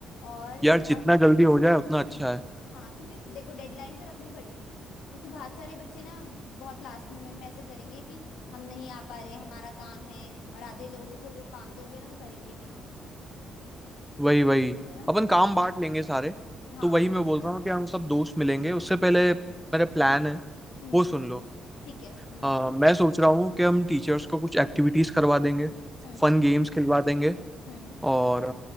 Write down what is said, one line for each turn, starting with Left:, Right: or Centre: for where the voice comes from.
Left: और
Centre: यार
Left: बहुत
Centre: जितना जल्दी हो जाए उतना अच्छा है
Left: हाँ क्योंकि देखो डेडलाइन तो रखनी पड़ेगी क्योंकि बहुत सारे बच्चे ना बहुत लास्ट मोमेंट में ऐसे करेंगे कि हम नहीं आ पा रहे हमारा काम है और आधे लोगों को जो काम दोगे ना वो करेंगे भी नहीं
Centre: वही वही
Left: है ना
Centre: अपन काम बांट लेंगे सारे
Left: हाँ
Centre: तो वही मैं बोल रहा हूँ कि हम सब दोस्त मिलेंगे उससे पहले मेरा प्लान है
Left: हम्म
Centre: वो सुन लो
Left: ठीक है तुम बताओ
Centre: अ, मैं सोच रहा हूँ कि हम टीचर्स को कुछ एक्टिविटीज करवा देंगे
Left: हम्म
Centre: फन गेम्स खिलवा देंगे
Left: हम्म
Centre: और